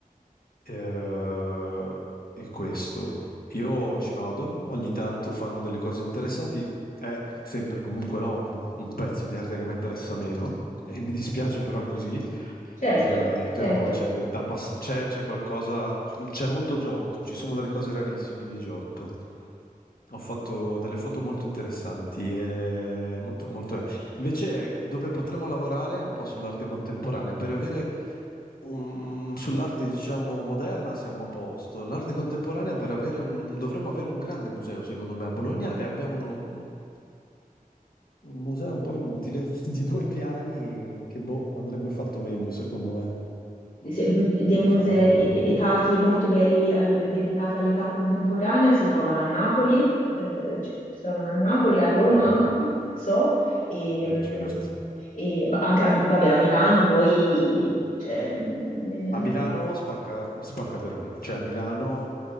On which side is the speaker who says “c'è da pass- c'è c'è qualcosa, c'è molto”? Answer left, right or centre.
Left